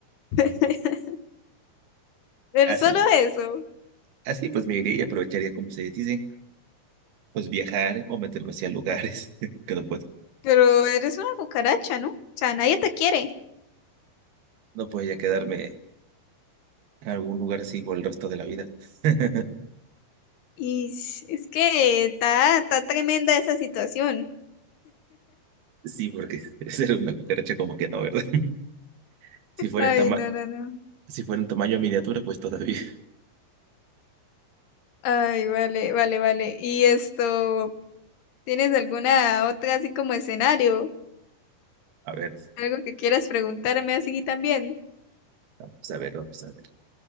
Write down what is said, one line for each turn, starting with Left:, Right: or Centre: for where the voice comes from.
Left: <laughs> Pero
Right: Así,
Left: solo eso.
Right: así pues me iría y aprovecharía, como se dice, pues viajar o meterme hacia lugares <laughs> que no puedo.
Left: Pero eres una cucaracha, ¿no? O sea, nadie te quiere.
Right: No podía quedarme en algún lugar así por el resto de la vida. <laughs>
Left: Y s- es que está, está tremenda esa situación.
Right: Sí, porque ser una cucaracha como que no, ¿verdad? <laughs> Si fuera
Left: Ay,
Right: en tama-
Left: no, no, no.
Right: si fuera en tamaño miniatura, pues todavía.
Left: Ay, vale, vale, vale. ¿Y esto, tienes alguna otra así como escenario?
Right: <laughs> A ver,
Left: ¿Algo que quieras preguntarme así también?
Right: vamos a ver, vamos a ver.